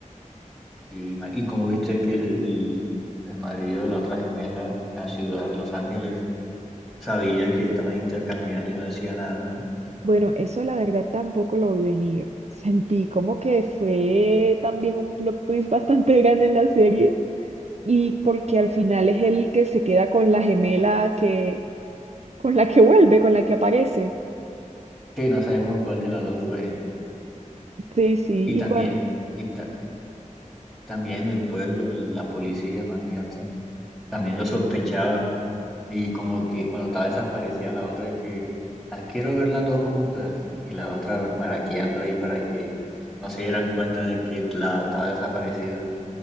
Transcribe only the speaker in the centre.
Sí, ma- Y, como viste que el, el, el marido de la otra gemela en la ciudad de Los Ángeles sabía que estaban intercambiando y no decía nada. ¿eh?
Sí, no sabemos cuál de las dos fue.
Y también,
y ta- también el pueblo, el- la policía, imagínate, también lo sospechaba. Y como que cuando estaba desaparecida la otra que, "Ah, quiero ver las dos juntas. Y la otra maraqueando ahí para que no se dieran cuenta de que la estaba desaparecida.